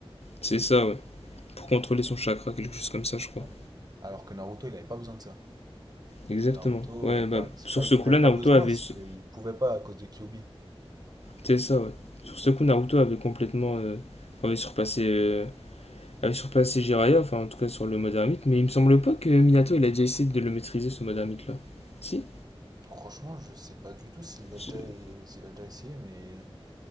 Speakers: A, on the left; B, on the right.
A: C'est ça, ouais. Pour contrôler son chakra, quelque chose comme ça, je crois.
B: Voilà. Alors que Naruto, il avait pas besoin de ça.
A: Exactement.
B: Naruto,
A: Ouais,
B: euh,
A: bah,
B: enfin, c'est
A: sur
B: pas qu'il
A: ce coup-là,
B: avait pas
A: Naruto
B: besoin,
A: avait.
B: c'est
A: su-
B: qu'il pouvait pas à cause de Kyuubi.
A: C'est ça, ouais. Sur ce coup, Naruto avait complètement. euh, avait surpassé euh, à surpasser Jiraiya, enfin en tout cas sur le mode ermite, mais il me semble pas que Minato il a déjà essayé de le maîtriser ce mode ermite là. Si
B: Franchement, je sais pas du tout s'il l'a
A: Je-
B: déjà, s'il a déjà essayé, mais